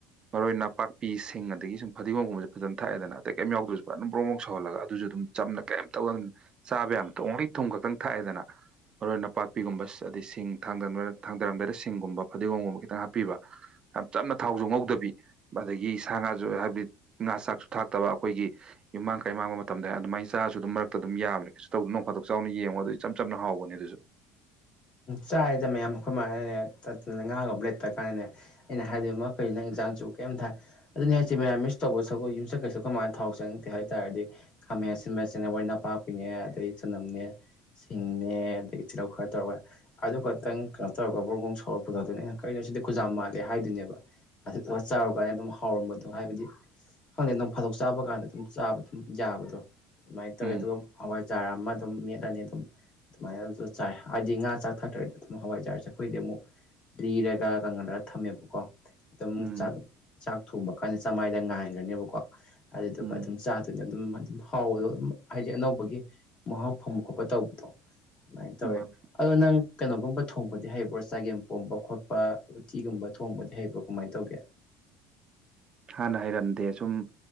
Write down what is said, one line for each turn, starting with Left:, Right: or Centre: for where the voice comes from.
Right: ꯃꯔꯣꯏ ꯅꯥꯄꯥꯛꯄꯤꯁꯤꯡ ꯑꯗꯒꯤ ꯁꯨꯝ ꯐꯗꯤꯒꯣꯒꯨꯝꯕꯁꯦ ꯐꯖꯅ ꯊꯥꯛꯑꯦꯗ ꯑꯇꯩ ꯀꯩꯝ ꯌꯥꯎꯗ꯭ꯔꯁꯨ ꯄꯨꯔꯥ ꯑꯗꯨꯝꯡ ꯕꯔꯣꯡ ꯕꯔꯣꯡ ꯁꯧꯍꯜꯂꯒ ꯑꯗꯨꯁꯨ ꯑꯗꯨꯝ ꯆꯝꯅ ꯀꯔꯤꯝ ꯇꯧ ꯆꯥꯕ ꯌꯥꯝ ꯊꯣꯡꯂꯦ ꯑꯣꯡꯂꯤ ꯊꯨꯝ ꯈꯛꯇꯪ ꯊꯥꯛꯑꯦꯗꯅ ꯃꯔꯨ ꯑꯣꯏꯅꯄꯥꯛꯄꯤꯒꯨꯝꯕ ꯑꯗꯩ ꯁꯤꯡ ꯊꯥꯡ ꯊꯥꯡ ꯊꯥꯡꯗꯔꯝꯗꯥꯏꯗ ꯁꯤꯡꯒꯨꯝꯕ ꯐꯗꯤꯒꯣꯝꯒꯨꯝꯕ ꯈꯤꯇꯪ ꯍꯥꯞꯄꯤꯕ ꯌꯥꯝ ꯆꯝꯅ ꯊꯥꯎꯁꯨ ꯉꯧꯗꯕꯤ ꯑꯗꯒꯤ ꯁꯥ ꯉꯥꯁꯨ ꯍꯥꯏꯕꯗꯤ ꯉꯥ ꯆꯥꯛꯁꯨ ꯊꯥꯛꯇꯕ ꯑꯩꯈꯣꯏꯒꯤ ꯌꯨꯝꯃꯥꯡ ꯀꯩ ꯃꯥꯡꯕ ꯃꯇꯝꯗ ꯑꯗꯨꯃꯥꯏꯅ ꯆꯥꯔꯁꯨ ꯑꯗꯨꯝ ꯃꯔꯛꯇ ꯑꯗꯨꯝ ꯌꯥꯕꯅꯦ ꯀꯩꯁꯨ ꯇꯧꯗꯕꯅꯦ ꯅꯣꯡ ꯐꯗꯣꯛ ꯆꯥꯎꯅꯦ ꯌꯦꯡꯉꯣ ꯑꯗꯨ ꯏꯆꯝꯆꯝꯅ ꯍꯥꯎꯕꯅꯦ ꯑꯗꯨꯁꯨ
Left: ꯆꯥꯔꯦꯗ ꯃꯌꯥꯝ ꯑꯩꯈꯣꯏꯅꯅꯦ ꯉꯥꯒꯨꯝꯕ ꯂꯩꯔꯛꯇ꯭ꯔ ꯀꯥꯟꯗꯅꯦ ꯑꯩꯅ ꯍꯥꯏꯗꯣꯏꯅꯦ ꯃꯥ ꯀꯩꯅꯣ ꯏꯟꯖꯥꯡꯁꯦ ꯀꯩꯝ ꯊꯥ ꯑꯗꯨꯅꯦ ꯍꯥꯏꯁꯦ ꯃꯌꯥꯝ ꯃꯤꯁ ꯇꯧꯕ ꯁꯒꯣꯏ ꯌꯨꯝꯆꯠꯀꯩꯁꯨ ꯈꯣꯏꯃꯥꯅ ꯊꯥꯎ ꯆꯪꯅꯤꯡꯗꯦ ꯍꯥꯏꯇꯥꯔꯗꯤ ꯈꯥꯃꯦꯟ ꯑꯁꯤꯟꯕꯁꯤꯅꯦ ꯃꯔꯣꯏ ꯅꯄꯥꯛꯄꯤꯅꯦ ꯑꯗꯩ ꯆꯅꯝꯅꯦ ꯁꯤꯡꯅꯦ ꯑꯗꯩ ꯇꯤꯜꯍꯧ ꯈꯔ ꯇꯧꯔꯒ ꯑꯗꯨ ꯈꯛꯇꯪ ꯀꯩꯅꯣ ꯇꯧꯔꯒ ꯕ꯭ꯔꯣꯡ ꯕ꯭ꯔꯣꯡ ꯁꯧꯔꯒ ꯄꯨꯊꯣꯛꯇꯣꯏꯅꯤ ꯀꯔꯤꯅꯣ ꯁꯤꯗꯤ ꯈꯨꯖꯥꯝ ꯃꯥꯜꯂꯦ ꯍꯥꯏꯗꯨꯏꯅꯦꯕ ꯑꯗꯨꯗꯨꯒ ꯆꯥꯔꯨꯀꯥꯟꯗ ꯑꯗꯨꯝ ꯍꯥꯎꯔꯝꯕꯗꯣ ꯍꯥꯏꯕꯗꯤ ꯈꯪꯗꯦ ꯅꯣꯡ ꯐꯥꯗꯣꯛ ꯆꯥꯕ ꯀꯥꯟꯗ ꯑꯗꯨꯝ ꯆꯥꯕ ꯑꯗꯨꯝ ꯌꯥꯕꯗꯣ ꯑꯗꯨꯃꯥꯏꯅ ꯇꯧꯋꯦ
Right: ꯎꯝ
Left: ꯑꯗꯨꯒ ꯍꯋꯥꯏꯖꯥꯔꯥ ꯑꯃ ꯑꯗꯨꯝ ꯃꯦꯠꯂꯅꯤ ꯑꯗꯨꯝ ꯑꯗꯨꯃꯥꯏꯅ ꯑꯗꯨ ꯆꯥꯏ ꯍꯥꯏꯗꯤ ꯉꯥ ꯆꯥꯛ ꯊꯥꯠꯇ꯭ꯔꯗꯤ ꯑꯗꯨꯝ ꯍꯋꯥꯏꯖꯥꯔꯁꯦ ꯑꯩꯈꯣꯏꯗꯤ ꯑꯃꯨꯛ ꯂꯤꯔꯒ ꯀꯪꯍꯟꯂꯒ ꯊꯝꯃꯦꯕꯀꯣ ꯑꯗꯨꯝ
Right: ꯎꯝ
Left: ꯆꯥꯛ ꯆꯥꯛ ꯊꯣꯡꯕ ꯀꯥꯟꯗ ꯆꯝꯃꯥꯏꯗ ꯉꯥꯏꯈ꯭ꯔꯅꯤꯕꯀꯣ ꯑꯗꯨꯗꯨꯒ
Right: ꯎꯝ
Left: ꯑꯗꯨꯝ ꯆꯥꯗꯣꯏꯅꯤ ꯑꯗꯨꯝ ꯑꯗꯨꯝ ꯍꯥꯎꯕꯗꯣ ꯑꯗꯨꯝ ꯍꯥꯏꯗꯤ ꯑꯅꯧꯕꯒꯤ ꯃꯍꯥꯎ ꯐꯝꯕ ꯈꯣꯠꯄ ꯇꯧꯕꯗꯣ ꯑꯗꯨꯃꯥꯏꯅ ꯇꯧꯋꯦ
Right: ꯃꯥꯅꯦ
Left: ꯑꯗꯣ ꯅꯪ ꯀꯩꯅꯣꯒꯨꯝꯕ ꯊꯣꯡꯕꯗꯤ ꯍꯩꯕ꯭ꯔꯣ ꯆꯒꯦꯝ ꯄꯣꯝꯕ ꯈꯣꯠꯄ ꯎꯇꯤꯒꯨꯝꯕ ꯊꯣꯡꯕꯗꯤ ꯍꯩꯕ꯭ꯔꯣ ꯀꯃꯥꯏꯅ ꯇꯧꯒꯦ
Right: ꯍꯥꯟꯅ ꯍꯩꯔꯝꯗꯦ ꯁꯨꯝ